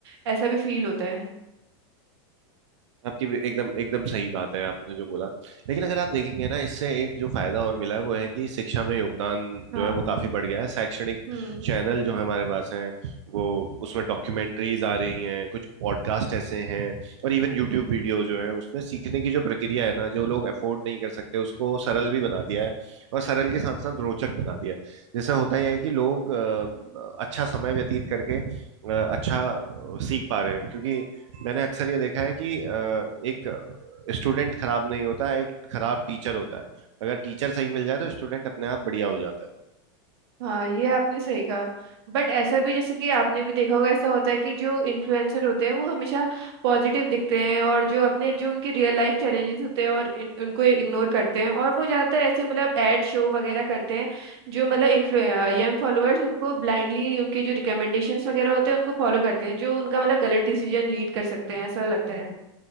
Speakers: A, on the right (about 60°); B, on the right (about 85°).
A: ऐसा भी फील होता है
B: आपकी भी एकदम एकदम सही बात है आपने जो बोला लेकिन अगर आप देखेंगे ना इससे एक जो फायदा और मिला है वो है कि शिक्षा में योगदान
A: हाँ
B: जो है वो काफी बढ़ गया है शैक्षणिक
A: हम्म
B: चैनल जो हमारे पास हैं वो उसमें डॉक्यूमेंट्रीज आ रही हैं कुछ पॉडकास्ट ऐसे हैं और इवन यूट्यूब वीडियो जो है उसमें सीखने की जो प्रक्रिया है ना जो लोग अफोर्ड नहीं कर सकते उसको सरल भी बना दिया है और सरल के साथ साथ रोचक बना दिया है जैसे होता यह है कि लोग अ, अच्छा समय व्यतीत करके अ, अच्छा अ, सीख पा रहे हैं क्योंकि मैंने अक्सर ये देखा है कि अ, एक स्टूडेंट खराब नहीं होता एक खराब टीचर होता है अगर टीचर सही मिल जाए तो स्टूडेंट अपने आप बढ़िया हो जाता है
A: हाँ ये आपने सही कहा बट ऐसा भी जैसे कि आपने भी देखा होगा ऐसा होता है कि जो इन्फ्लुएंसर होते हैं वो हमेशा पॉजिटिव दिखते हैं और जो अपने जो उनके रियल लाइफ चैलेंजेस होते हैं और इन, उनको इग्नोर करते हैं और वो ज़्यादातर ऐसे मतलब एड शो वगैरह करते हैं जो मतलब यंग फॉलोअर्स उनको ब्लाइंडली उनके जो रिकमेंडेशंस वगैरह होते हैं उनको फॉलो करते हैं जो उनका मतलब गलत डिसीजन लीड कर सकते हैं ऐसा लगता है